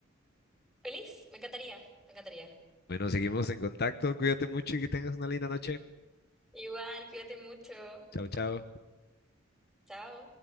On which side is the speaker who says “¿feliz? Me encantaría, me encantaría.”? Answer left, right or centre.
Centre